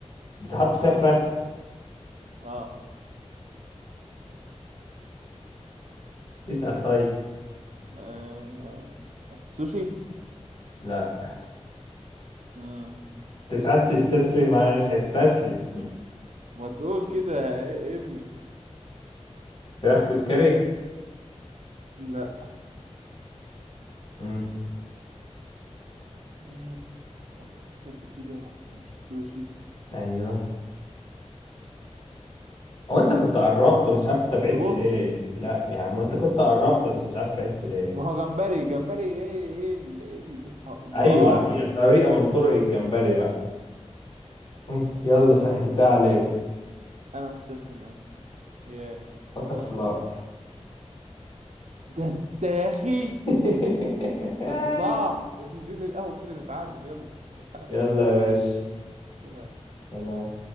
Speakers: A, on the left (about 50°); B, on the right (about 75°).
A: بتحط فيها فراخ
B: اه
A: اسأل طيب
B: آه، سوشي
A: لا
B: مم.
A: انت مش عايز تستسلم انا مش هستسلم <laughs>
B: ما تقول كده ه- ارمي
A: فراخ بالكاري
B: لا
A: امم
B: اسماك وما اكلتش قبل كده ومش سوشي
A: ايوه هو انت كنت قربت مش عارف انت
B: اخطبوط
A: بعدت ليه لا يعني ما انت كنت قربت بس مش عارف بعدت ليه
B: ما هو جمبري جمبري ايه ايه ال- ايه ال- الله
A: ايوه هي طريقة من طرق الجمبري بقى مم. يلا سهلتها عليك
B: انا مستسلم يا عم ياه
A: بتر فلاي
B: ده انت يا اخي
A: <laughs>
B: ده انت صعب <laughs> انزل لي القهوة كده نتعامل يلا سلام
A: يلا يا باشا
B: سلام
A: سلام